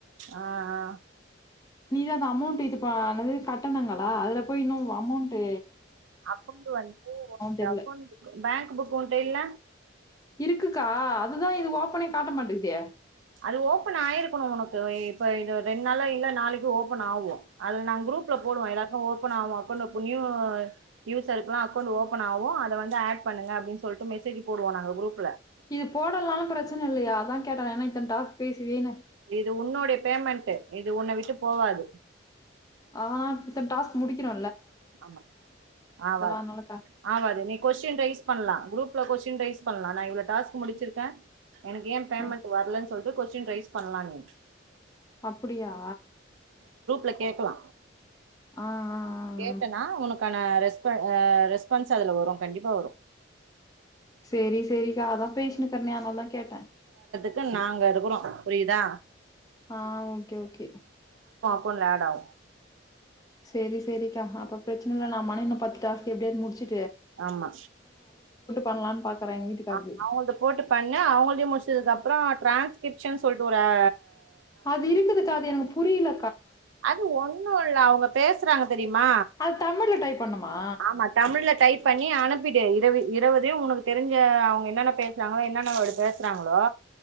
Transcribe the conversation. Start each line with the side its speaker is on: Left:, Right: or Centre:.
Right: ஆ ஆ
Left: நீதா அந்த அமோண்ட்டு இது பானது கட்டணங்கள் பா அதுல போய் இன்னு அமோண்ட்டு
Right: அக்கோண்ட்டு வந்துட்டு <inaudible>
Left: தெர்ல.
Right: அக்கோண்ட்டு குடு பேங்க்கு புக்கோண்டு இல்ல
Left: இருக்குக்கா அதுதா இது ஓப்பனே காட்ட மாட்டேங்குதே
Right: அது ஓப்பன் ஆயிருக்கோனு உனக்கு இப்ப இது ரெண் நாள்ல இல்ல நாளைக்கு ஓப்பன் ஆகு அது நாங்க குரூப்ல போடுவோ எல்லாருக்கு ஓப்பன் ஆகு அக்கோண்ட்டு இப்ப நியூ யூசருக்கெல்லா அக்கோண்ட்டு ஓப்பன் ஆகு அத வந்து ஏட் பண்ணுங்க அப்டின் சொல்ட்டு மெசேஜு போடுவோ நாங்க குரூப்
Left: இது போடலனாலு பிரச்சன இல்லையா? அதா கே ட்டே ஏன்னா இத்தன டாஸ்க் பேசி வீணே
Right: இது உன்னுடைய பேமெண்ட் இது உன்ன விட்டு போவாது
Left: ஆனா இத்தன டாஸ்க் முடிக்கணு
Right: ஆமா ஆவாது
Left: அதனாலக்கா.
Right: ஆவாது நீ கொஸ்டீன் ரைஸ் பண்லா குரூப் ல கொஸ்டின் ரைஸ் பண்லா நா இவ்ள டாஸ்க் முடிச்சிருக்கே எனக்கு ஏன் பேமெண்ட்
Left: அ
Right: வரலன்னு சொல் லி கொஸ்டின் ரைஸ் பண்லா நீ
Left: அப்பிடியா?
Right: ல கேக்கலா
Left: ஆ ஆ
Right: கேட்டனா
Left: ஆ.
Right: உனக்கான ரெஸ்பா ஆ ரெஸ்பான்ஸ் அதுல வரு கண்டிப்பா வரு
Left: செரி செரிக்கா அதா பேசினுருக்கறனே அதனாலதா கேட்டே
Right: க்கு நாங்க இருக்குறோ புரியுதா?
Left: ஆ ஓகே ஓகே
Right: க்கவுண்ட்ல ஆட் ஆவு
Left: செரி செரிக்கா அப்ப பிரச்சனலா இல்ல நாம ஆனா இன்னு பத்து டாஸ்க்கு எப்டியாவது முடிச்சு
Right: ஆமா
Left: பண்ணலான்னு பாக்குறேன் எங்க வீட்டுக்காரரது.
Right: ஆ அவங்கள்து போட்டு பண்ணு அவங்கள்தயு முடிச்சதுக்கு அப்றோ டிரான்ஸ்கிரிப்ஷன் சொல்ட்டு ஒரு ஆ
Left: அது இருக்குதுக்கா அது எனக்கு புரியல
Right: அது ஒண்ணு இல்ல அவங்க பேசுறாங்க தெரியுமா
Left: அது தமிழ்ல டைப் பண்ணுமா?
Right: ஆமா தமிழ்ல டை ப் பண்ணி அனுப்பிடு இரவி இரவதையு உனக்கு தெரிஞ்ச அவங்க என்னென்ன பேசறாங்களோ என்னென்ன வரு பேசறாங்களோ